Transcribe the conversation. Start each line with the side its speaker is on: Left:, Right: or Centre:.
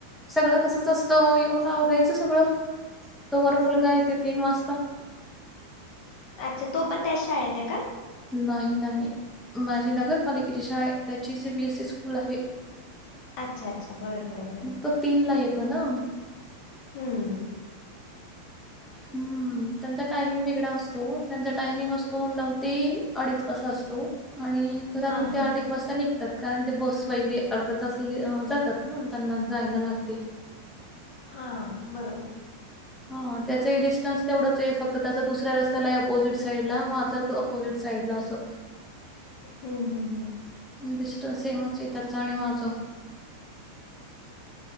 Centre: सगळं तसचं असतं येऊन आवरायचं सगळं. तो वर मुलगा येते तीन वाजता.
Left: अच्छा तो
Centre: मग
Left: पण त्याच शाळेत आहे का?
Centre: नाही नाही, माझी नगरपालिकेची शाळा आहे. त्याची C B S C school आहे.
Left: अच्छा अच्छा बर बर बरं.
Centre: तो तीनला येतो ना.
Left: हम्म.
Centre: हम्म. त्यांचा टायमिंग वेगळा असतो. त्यांचा टायमिंग असतो नऊ ते अडीच असा असतो. आणि घरातून
Left: हां
Centre: त्या
Left: हां
Centre: आठ एक वाजता निघतात, कारण ते बस वगैरे अर्धा तास म्हणजे जातात ना त्यांना जायला लागते.
Left: हां बरोबर.
Centre: हा त्याचाही डिस्टन्स तेवढंच आहे फक्त त्याचा दुसऱ्या रस्त्या आहे अपोजिट साईडला, माझा ऑपोजिट साईडला असं.
Left: हम्म हम्म हम्म.
Centre: डिस्टन्स सेमचंय त्याचं आणि माझं.